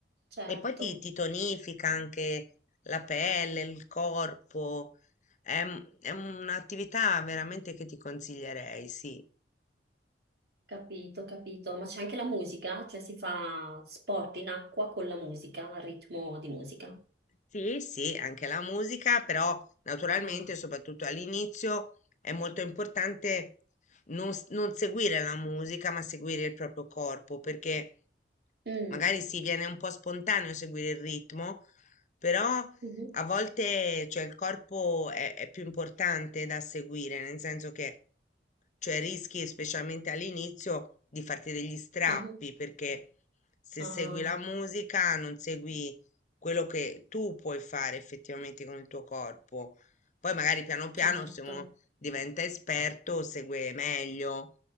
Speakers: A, on the right (about 60°); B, on the left (about 40°).
A: certo.
B: e poi ti, ti tonifica anche la pelle, il corpo. È, un- è un'attività veramente che ti consiglierei, sì.
A: Capito, capito. Ma c'è anche la musica? Cioè si fa sport in acqua con la musica, al ritmo di musica.
B: Sì, sì, anche la musica, però naturalmente,
A: Ah.
B: soprattutto all'inizio, è molto importante non, s- non seguire la musica, ma seguire il proprio corpo, perché
A: Mm.
B: magari si viene un po' spontaneo seguire il ritmo, però
A: Mhm,
B: a volte, cioè, il corpo è, è più importante da seguire, nel senso che, cioè, rischi, specialmente all'inizio, di farti degli strappi,
A: mhm.
B: perché se
A: Ah,
B: segui la musica non segui quello che tu puoi fare effettivamente con il tuo corpo. Poi magari piano piano
A: certo.
B: se uno diventa esperto, segue meglio.